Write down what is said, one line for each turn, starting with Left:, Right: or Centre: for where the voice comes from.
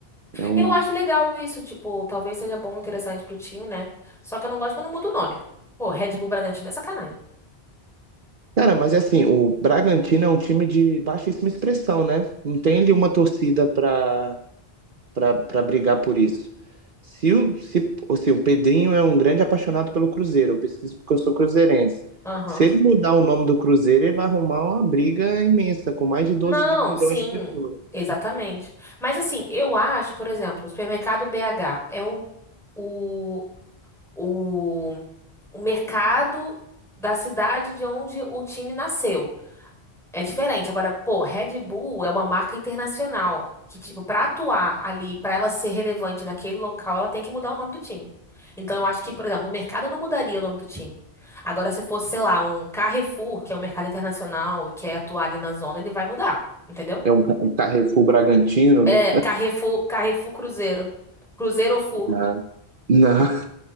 Right: É um
Centre: Eu acho legal isso, tipo, talvez seja bom, interessante pro time, né? Só que eu não gosto quando muda o nome. Pô, Red Bull Bragantino é sacanagem.
Right: Cara, mas é assim, o Bragantino é um time de baixíssima expressão, né? Não tem ali uma torcida pra para para brigar por isso. Se o, se, ou seja, o Pedrinho é um grande apaixonado pelo Cruzeiro, eu pesquiso porque eu sou cruzeirense.
Centre: Aham.
Right: Se ele mudar o nome do Cruzeiro, ele vai arrumar uma briga imensa, com mais de doze
Centre: Não,
Right: de- milhões
Centre: sim,
Right: de pessoas.
Centre: exatamente. Mas assim, eu acho, por exemplo, o supermercado BH é o, o, o, o mercado da cidade de onde o time nasceu. É diferente. Agora, pô, Red Bull é uma marca internacional que, tipo, pra atuar ali, pra ela ser relevante naquele local, ela tem que mudar o nome do time. Então, eu acho que, por exemplo, o mercado não mudaria o nome do time. Agora, se fosse, sei lá, um Carrefour, que é um mercado internacional e quer atuar ali na zona, ele vai mudar, entendeu?
Right: É um Carrefour Bragantino,
Centre: É,
Right: né?
Centre: Carrefour, Carrefour Cruzeiro. Cruzeiro ou Fur.
Right: Não, não,